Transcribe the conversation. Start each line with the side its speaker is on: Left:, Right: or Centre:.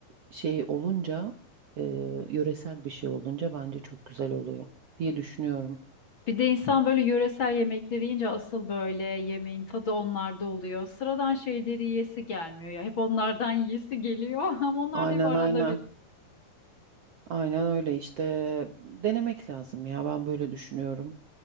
Right: şey olunca, eee, yöresel bir şey olunca bence çok güzel oluyor diye düşünüyorum.
Left: Bir de insan böyle yöresel yemekleri yiyince asıl böyle yemeğin tadı onlarda oluyor. Sıradan şeyleri yiyesi gelmiyor ya. Hep onlardan yiyesi geliyor <laughs> ama onlar
Right: Aynen
Left: da hep arada
Right: aynen.
Left: bir.
Right: Aynen öyle işte denemek lazım ya ben böyle düşünüyorum.